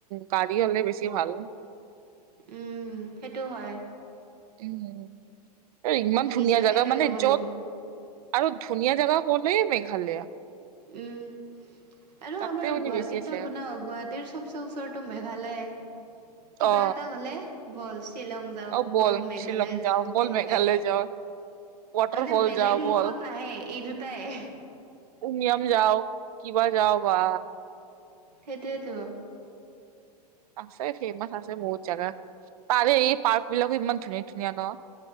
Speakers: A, on the right (about 60°); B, on the right (about 80°).
A: গাড়ী হ'লে বেছি ভাল।
B: উম, সেইটো হয়।
A: উম, ইমান ধুনীয়া
B: নিজাকে
A: জাগা
B: লৈ
A: মানে
B: যাব
A: য'ত
B: লাগিব
A: আৰু ধুনীয়া জেগা ক'লেই মেঘালয়া।
B: উম। আৰু
A: তাতে
B: আমাৰ
A: মানে
B: গুৱাহাটীত
A: বেছি আছে
B: থাকো ন গুৱাহাটীৰ চবচে ওচৰতটো মেঘালয়াই। কিবা
A: অ
B: এটা হ'লে ব'ল শ্বিলং যাওঁ
A: অ
B: ব'ল মেঘালয়
A: শ্বিলং
B: যাওঁ
A: যাও বল
B: তেনেকুৱাই।
A: মেঘালয় যাও ৱাটাৰফল
B: মানে বেলেগ
A: যাও বল
B: মুখত নাহে এই দুটাই আহে।
A: উমিয়াম যাওঁ কিবা যাওঁ বা।
B: সেইটোয়েতো।
A: আছে ফেৰ্মাচ আছে বহুত জাগা। তাৰে এই পাৰ্কবিলাকো ইমান ধুনীয়া ধুনীয়া ন?